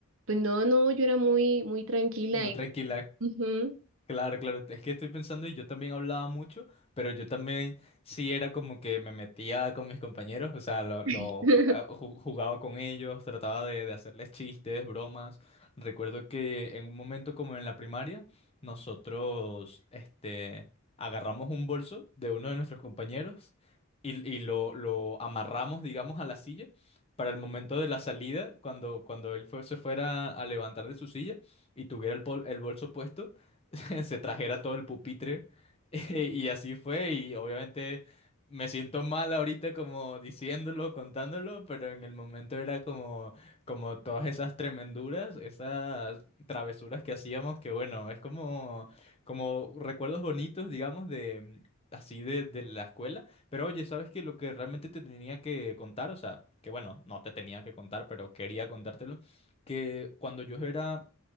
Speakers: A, on the right; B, on the left.
A: pues no, no, yo era muy, muy tranquila
B: Muy
A: y...
B: tranquila.
A: Ujú.
B: Claro, claro, es que estoy pensando y yo también hablaba mucho, pero yo también sí era como que me metía con mis compañeros, o sea, lo, lo
A: <laughs>
B: ju- a- ju- jugaba con ellos, trataba de, de hacerles chistes, bromas. Recuerdo que en un momento como en la primaria, nosotros, este, agarramos un bolso de uno de nuestros compañeros y, y lo, lo amarramos, digamos, a la silla para el momento de la salida, cuando, cuando él fue- se fuera a levantar de su silla y tuviera el, pol- el bolso puesto <laughs> se trajera todo el pupitre. <laughs> Y así fue, y obviamente me siento mal ahorita como diciéndolo, contándolo, pero en el momento era como, como todas esas tremenduras, esas travesuras que hacíamos, que bueno, es como, como recuerdos bonitos, digamos, de así de, de la escuela. Pero oye, ¿sabes que Lo que realmente te tenía que contar, o sea, que bueno, no te tenía que contar, pero quería contártelo, que cuando yo era